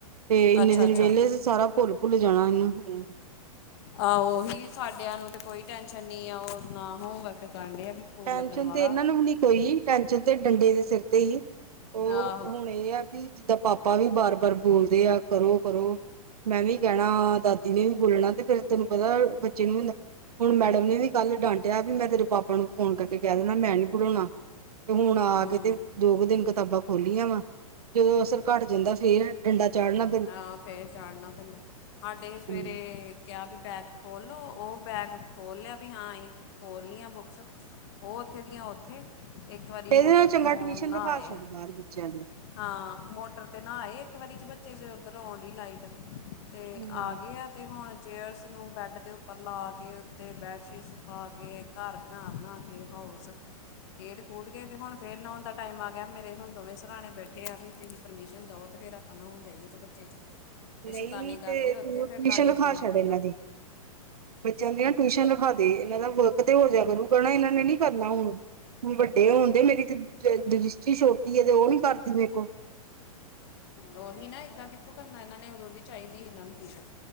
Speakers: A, on the right; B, on the left.
A: ਤੇ ਇੰਨੇ
B: ਅੱਛਾ
A: ਦਿਨ
B: ਅੱਛਾ
A: ਵੇਹਲੇ ਸਾਰਾ ਭੋ ਭੁੱਲ- ਭੁੱਲ ਜਾਨਾ ਵੇ
B: ਆਹ ਉਹੀ ਸਾਡਿਆਂ ਨੂੰ ਤੇ ਕੋਈ ਟੈਨਸ਼ਨ ਨੀ ਆ ਉਹ ਨਾ ਹੋਮ ਵਰਕ ਕਰਨ ਡੇ ਸਕੂਲ
A: ਟੈਨਸ਼ਨ
B: ਲੱਗਣ ਵਾਲਾ
A: ਤੇ ਇਹਨਾਂ ਨੂੰ ਵੀ ਨੀ ਕੋਈ ਟੈਨਸ਼ਨ ਤੇ ਡੰਡੇ ਦੇ ਸਿਰ ਤੇ ਹੀ। ਉਹ
B: ਆਹੋ
A: ਹੁਣ ਏ ਯਾ ਵੀ ਜਿੱਦਾਂ ਪਾਪਾ ਵੀ ਵਾਰ ਬਾਰ ਬੋਲਦੇ ਆ ਕਰੋ-ਕਰੋ। ਮੈਂ ਵੀ ਕਹਿਣਾ ਦਾਦੀ ਨੇ ਵੀ ਬੋਲਣਾ ਤੇ ਫੇਰ ਤੈਨੂੰ ਪਤਾ ਬੱਚੇ ਨੂੰ ਹੁਣ ਮੈਡਮ ਨੇ ਵੀ ਕੱਲ ਡਾਂਟਿਆ, ਪੀ ਮੈਂ ਤੇਰੇ ਪਾਪਾ ਨੂੰ ਫੋਨ ਕਰਕੇ ਕੈਅ ਦੇਣਾ ਮੈਂ ਨੀਂ ਪੜ੍ਹਾਉਣਾ। ਤੇ ਹੁਣ ਆ
B: ਹੂੰ
A: ਕੇ ਤੇ ਦੋ ਕੁ ਦਿਨ ਕਿਤਾਬਾਂ ਖੋਲੀਆਂ ਵਾਂ, ਜੇ ਅਸਰ ਘੱਟ ਜਾਂਦਾ ਫੇਰ। ਡੰਡਾ ਚਾੜ੍ਹਨਾ
B: ਆਹੋ ਫੇਰ ਚਾੜਨਾ ਪੈਂਦਾ, ਹਾਡੇ
A: ਹਮ
B: ਸਵੇਰੇ ਕਿਆ ਪੀ ਬੈਗ ਖੋਲ ਲੋ, ਓ ਬੈਗ ਖੋਲ ਲਿਆ ਪੀ ਹਾਂ ਅਹੀਂ ਖੋਲ ਲੀਆਂ ਬੁੱਕਸ। ਓ ਉੱਥੇ ਦੀਆਂ ਓਥੇ, ਇੱਕ ਵਾਰੀ ਮੋਟਰ
A: ਇਹਦੇ ਨਾਲ ਚੰਗਾ
B: ਤੋਂ
A: ਟਿਊਸ਼ਨ
B: ਨਾਂਅ
A: ਰਖਾ
B: ਆਏ।
A: ਛੱਡ ਬਾਹਰ ਬੱਚਿਆਂ ਦੀ
B: ਹਾਂ, ਮੋਟਰ ਤੇ ਨਾ ਆਏ, ਇੱਕ ਵਾਰੀ ਚਬੱਚੇ ਚ ਉੱਧਰੋਂ ਆਉਣ ਡਈ ਲਾਈਟ। ਤੇ
A: ਹੂੰ,
B: ਆ ਗੇ ਆ ਤੇ ਹੁਣ ਚੇਅਰਸ ਨੂੰ ਬੈਡ ਦੇ ਉੱਪਰ ਲਾ ਕੇ ਉੱਤੇ ਬੈਡਸ਼ੀਟਸ ਪਾ ਕੇ ਘਰ ਬਣਾ, ਬਣਾ ਕੇ ਹਾਉਸ ਖੇਡ-ਖੂਡ ਕੇ ਤੇ ਹੁਣ ਫੇਰ ਨਉਣ ਦਾ ਟਾਈਮ ਆ ਗਿਆ ਮੇਰੇ ਹੁਣ ਦੋਵੇਂ ਸਰਾਣੇ ਬੈਠੇ ਆ ਵੀ ਤੁਹੀ ਪਰਮੀਸ਼ਨ ਦੋ ਤੇ ਫਿਰ ਆਪਾਂ ਨੌਉਣ ਜਾਈਏ ਚਬੱਚੇ ਚ।
A: ਨਈਂ
B: ਤੇ ਸ਼ੈਤਾਨੀ ਕਰਦੇ
A: ਤੇ
B: ਉੱਥੇ
A: ਤੂੰ
B: ਫਿਰ
A: ਟਵੀਸ਼ਨ
B: ਲਾਗੇ
A: ਰਖਾ
B: ਖਲੋਣਾ
A: ਛੱਡ
B: ਪੈਂਦਾ
A: ਇਨ੍ਹਾਂ ਦੀ। ਬੱਚਿਆਂ ਦੀ ਨਾ ਟਵੀਸ਼ਨ ਰਖਾ ਦੇ, ਇਨ੍ਹਾਂ ਦਾ ਵਰਕ ਤੇ ਹੋ ਜਾਇਆ ਕਰੂਗਾ ਨਾਂ ਇਨ੍ਹਾਂ ਨੇ ਨੀਂ ਕਰਨਾ ਹੁਣ। ਵੱਡੇ ਹੁਣ ਡੇ, ਮੇਰੀ ਕ ਦਰਿਸ਼ਟੀ ਛੋਟੀ ਐ ਤੇ ਓ ਨੀਂ ਕਰਦੀ ਮੇਂ ਕੋ।
B: ਓਹੀ ਨਾਂ ਏਦਾਂ ਕਿੱਥੋਂ ਕਰਨਾ ਇਨ੍ਹਾਂ ਨੇ, ਉਦੋਂ ਦੀ ਚਾਈਦੀ ਹੀ ਇਨ੍ਹਾਂ ਨੂੰ ਟਵੀਸ਼ਨ।